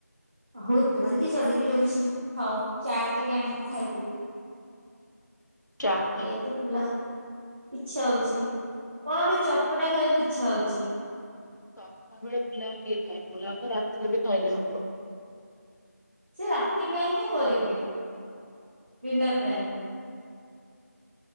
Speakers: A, on the right; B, on the left.
A: ଆଉ ଏତେବାଟ ଟିକେ ଚାଲିକି ଯାଉଛି ହଉ ଚାଟ ଟିକେ ଆଣିକି ଖାଇଦେବି।
B: ଚାଟ୍
A: ଆଉ କିଏ
B: ଖାଇବୁ
A: ଏତେ ପୁଲା ଇଚ୍ଛା ହଉଛି କଣ ଗୋଟେ ଚଟ ପଟା ଖାଇବାକୁ ଇଛା ହଉ ଜ୍ୟା
B: ସଧ୍ୟା ବେଳେ ପୁଲା କିଏ ଖାଏ ପୁଲାଓ ତ ରାତିରେ ବି କଲେ ହବ।
A: ସେ ରାତି ପାଇଁ ହିଁ କରିବି। ଡିନର ପାଇଁ।